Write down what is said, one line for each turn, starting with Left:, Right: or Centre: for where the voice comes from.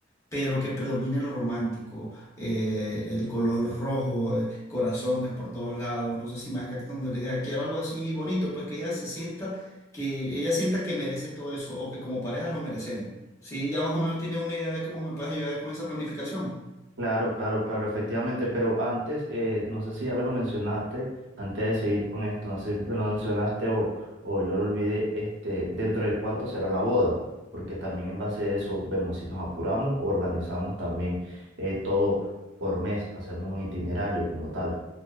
Left: pero que predomine lo romántico, eh, el color rojo, eh, corazones por todos lados, no sé si me vas captando la idea, quiero algo así bonito, pues que ella se sienta, que ella sienta que merece todo eso o que como pareja lo merecemos. Sí, ya más o menos tiene una idea de cómo me puedes ayudar con esa planificación.
Right: Claro, claro, claro, efectivamente, pero antes, eh, no sé si ya me lo mencionaste, antes de seguir con esto, no sé si me lo mencionaste o, o yo lo olvidé, este, dentro de cuánto será la boda, porque también en base a eso vemos si nos apuramos, organizamos también eh, todo por mes, hacemos un itinerario como tal.